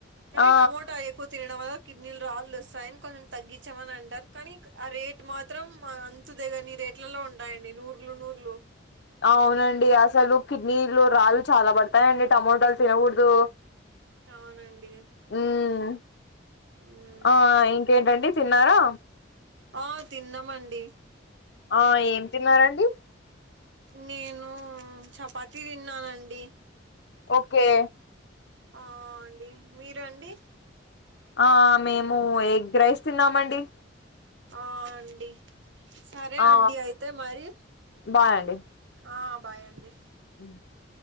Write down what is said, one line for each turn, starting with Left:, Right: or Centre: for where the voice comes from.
Right: కానీ
Left: ఆ
Right: టమోటా ఎక్కువ తినడం వల్ల కిడ్నీలు రాళ్వస్తాయని కొంచెం తగ్గించామని అంటారు కానీ ఆ రేట్ మాత్రం అంతు దెగనిదె ట్లలో ఉండాయండి నూర్లు నూర్లు
Left: అవునండి అసలు కిడ్నీలు రాళ్లుచాలా పడతాయండి టమోటాలు తినకూడదు
Right: అవునండి
Left: మ్మ్
Right: మ్మ్
Left: ఆ ఇంకేంటండి తిన్నారా
Right: ఆ తిన్నామండి
Left: ఆ ఏం తిన్నారండి
Right: నేను చపాతీ తిన్నానండి
Left: ఓకే
Right: ఆ అండి మీరూ అండి
Left: ఆ మేము ఎగ్ రైస్ తిన్నామండి
Right: ఆ అండి సరే
Left: ఆ
Right: అండి అయితే మరి
Left: బాయ్ అండి
Right: ఆ బాయ్ అండి
Left: <inaudible>